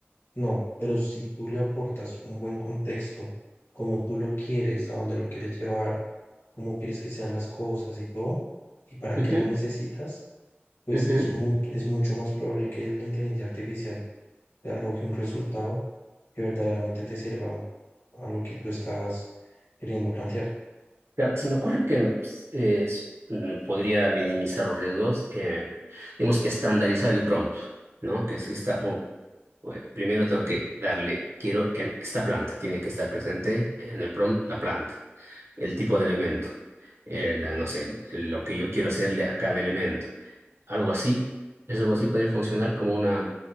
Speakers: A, on the left; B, on the right.
A: No, pero si tú le aportas un buen contexto, como tú lo quieres, a dónde lo quieres llevar, cómo quieres que sean las cosas y todo, y para
B: ujú,
A: qué lo necesitas, pues
B: ujú.
A: es, mu- es mucho más probable que la inteligencia artificial te arroje un resultado que verdaderamente te sirva a lo que tú estás queriendo plantear.
B: Claro, se me ocurre que pues, es- mm, podría minimizar los riesgos, eh, digamos, estandarizar el prompt, ¿no? Que si está, oh, bueno, primero tengo que darle, quiero en esta planta, tiene que estar presente en el prompt la planta, el tipo de elemento, el, no sé, el- el- lo que yo quiero hacerle a cada elemento, algo así. Es algo así podría funcionar como una,